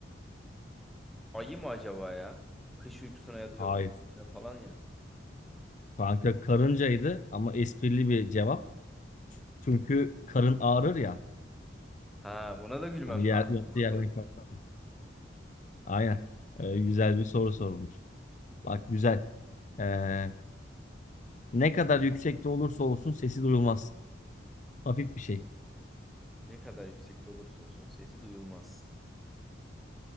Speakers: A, in the centre; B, on the left.
A: Ayı mı acaba ya? Kış uykusuna yatıyor
B: Hayır.
A: kalkmıyor falan ya.
B: Kanka karıncaydı ama esprili bir cevap. Çünkü karın ağrır ya.
A: Ha buna da gülmem
B: Hani yer,
A: lazım.
B: yattığı
A: Bak
B: yerden
A: buna-
B: kalkmaz. Aynen. Ee, güzel bir soru sormuş. Bak güzel. Ee, ne kadar yüksekte olursa olsun sesi duyulmaz. Hafif bir şey.
A: Ne kadar yüksekte olursa olsun sesi duyulmaz.